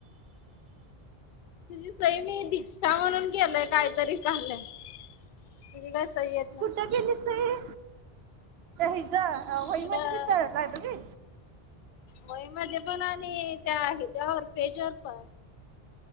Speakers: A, on the left (about 60°); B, on the right (about 80°).
A: तुझी सई मी दीक्षा म्हणून केलय, काहीतरी काल तुझी काय सई आहे.
B: कुठं केलीस सही हिज वही
A: तिकडं
B: मध्ये तिथं लायब्ररी
A: वई मध्ये पण आणि त्या आहे त्या पेज वर पण.